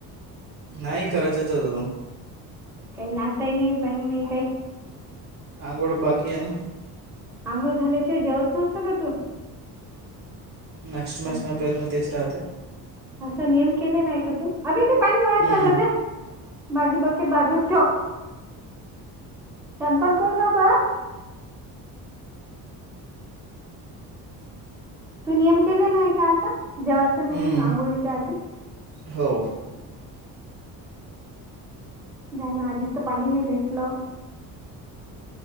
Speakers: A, on the right (about 45°); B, in the centre.
A: नाही. करायचच अजून.
B: काही नाश्ता ही नाही. पाणि नाही. काही
A: आंंगुळ बाकी हे ना.
B: अंघोळ झाल्याशिवाय जेवत नसतो का तू?
A: मॅक्स टू मॅक्स
B: असं
A: म प्रयत्न तेच राहते
B: असा नियम केलेला आहे का तू अभे ते पाणी वाया
A: हम्म
B: चाललं द माझी बकेट बाजूला ठेव शानपण करू नका का तू नियम केलेला आहे का असा जेवायचा नाही
A: हम्म
B: म्हणून आंघोळीच्या आधी
A: हो
B: जना आधीच तर पाणी नाही भेटलं